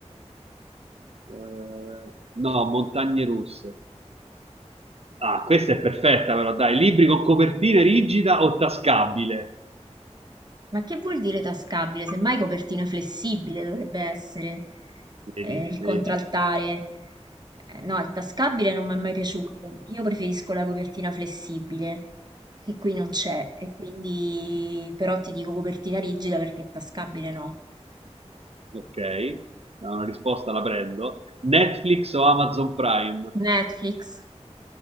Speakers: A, on the right (about 60°); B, on the right (about 35°).
A: Eh, no, montagne russe. Ah, questa è perfetta però, dai, libri con copertina rigida o tascabile?
B: Ma che vuol dire tascabile? Semmai copertina flessibile dovrebbe essere
A: Vedi,
B: eh, il contraltare.
A: vedi.
B: Eh, no, il tascabile non mi è mai piaciuto. Io preferisco la copertina flessibile, che qui non c'è, e quindi però ti dico copertina rigida perché tascabile no.
A: Ok, no, una risposta la prendo. Netflix o Amazon Prime?
B: Netflix.